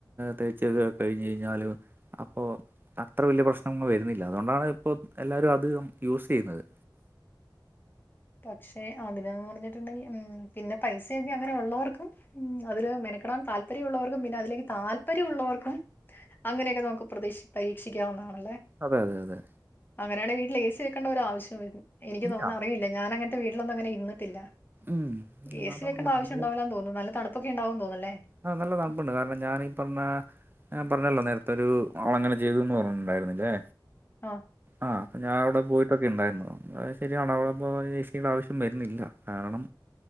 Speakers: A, on the right; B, on the left.
A: തേച്ചൊക്കെ കഴിഞ്ഞ് കഴിഞ്ഞാല് അപ്പോ അത്ര വലിയ പ്രശ്നമൊന്നും വരുന്നില്ല അതുകൊണ്ടാണ് ഇപ്പോ എല്ലാവരും അത് യൂസ് ചെയ്യുന്നത്
B: പക്ഷെ അതിന്ന് പറഞ്ഞിട്ടുണ്ടെങ്കിൽ ഉം പിന്നെ പൈസയൊക്കെ അങ്ങനെ ഉള്ളവർക്കും ഉം അതില് മെനക്കടാൻ താല് താല്പര്യമുള്ളവർക്കും പിന്നെ അതിലേക്ക് താല്പര്യം ഉള്ളവർക്കും അങ്ങനെയൊക്കെ നമുക്ക് പ്രതീക്ഷ പരീക്ഷിക്കാവുന്നതാണ്
A: അതെ അതെ അതെ
B: അങ്ങനെയാണ് വീട്ടിൽ എ സി വെക്കേണ്ട ഒരു ആവശ്യം എനിക്ക്
A: ഇല്ല
B: തോന്ന അറിയില്ല ഞാനങ്ങനത്തെ വീട്ടിലൊന്നും അങ്ങെ ഇരുന്നുട്ടില്ല
A: ഉം
B: ഏ
A: അതൊണ്ട്
B: സി വെക്കേണ്ട ആവശ്യം
A: നമ്മള്
B: ഉണ്ടാവില്ലാന്ന് തോന്നുന്നു നല്ല തണുപ്പൊക്കെണ്ടാവുമെന്ന് തോന്നല്ലേ
A: ആ നല്ല തണുപ്പുണ്ട് കാരണം ഞാനീ പറഞ്ഞ പറഞ്ഞല്ലോ നേരത്തെ ഒരു ആള് അങ്ങനെ ചെയ്തുന്ന് പറഞ്ഞിട്ടുണ്ടായിരുന്നില്ലേ
B: ആഹ്
A: ആഹ് അപ്പൊ ഞാൻ അവിടെ പോയിട്ടൊക്കെ ഉണ്ടായിരുന്നു ശരി അണവളപ്പ ചശിയുടെ ആവശ്യം വരുന്നില്ല കാരണം